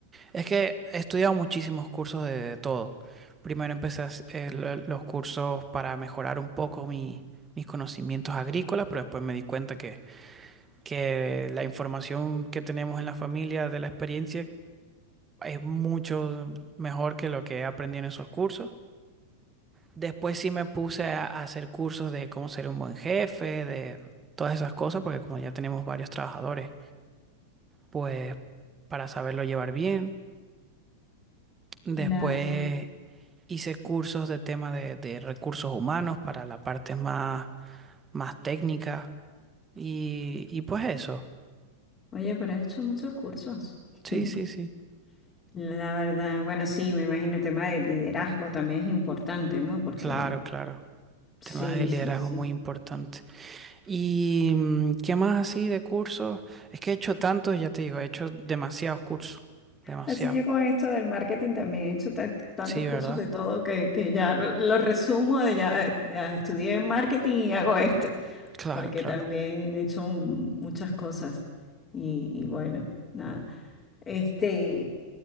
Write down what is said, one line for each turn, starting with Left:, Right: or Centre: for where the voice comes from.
Right: Es que he estudiado muchísimos cursos de, de todo. Primero empecé a hac- eh, lo- los cursos para mejorar un poco mi- mis conocimientos agrícolas, pero después me di cuenta que, que la información que tenemos en la familia de la experiencia es mucho mejor que lo que aprendí en esos cursos. Después sí me puse a a hacer cursos de cómo ser un buen jefe, de todas esas cosas, porque como ya tenemos varios trabajadores, pues para saberlo llevar bien. Después
Left: Claro.
Right: hice cursos de tema de, de recursos humanos para la parte más, más técnica. Y, y pues eso.
Left: Oye, pero has hecho muchos cursos.
Right: Sí,
Left: <laughs>
Right: sí, sí.
Left: La verdad, bueno, sí, me imagino el tema del liderazgo también es importante, ¿no? Porque
Right: Claro, claro.
Left: sí,
Right: Tema de liderazgo
Left: sí, sí.
Right: muy importante. ¿Y mm, qué más así de cursos? Es que he hecho tantos, ya te digo, he hecho demasiados cursos. Demasiado.
Left: Así yo con esto del marketing también he hecho ta- tantos
Right: Sí,
Left: cursos
Right: ¿verdad?
Left: de todo que, que ya lo lo resumo de ya, eh, ya estudié marketing y hago esto,
Right: Claro,
Left: porque
Right: claro.
Left: también he hecho un- muchas cosas y, y bueno, nada. Este,